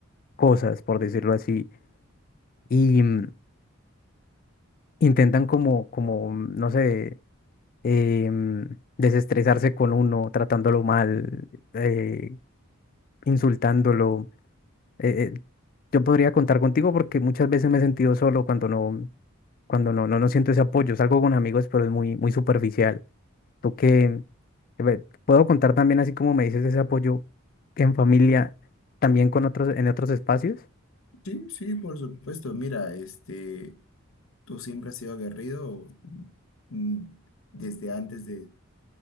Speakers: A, on the left; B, on the left.
A: cosas, por decirlo así, y mm, intentan como, como, mm, no sé, eh, mm, desestresarse con uno, tratándolo mal, eh, insultándolo. eh, eh, yo podría contar contigo porque muchas veces me he sentido solo cuando no, cuando no, no, no siento ese apoyo. Salgo con amigos, pero es muy, muy superficial. Tú que ve, puedo contar también, así como me dices, ese apoyo en familia, también con otros, en otros espacios.
B: Sí, sí, por supuesto. Mira, este, tú siempre has sido aguerrido mm, desde antes de,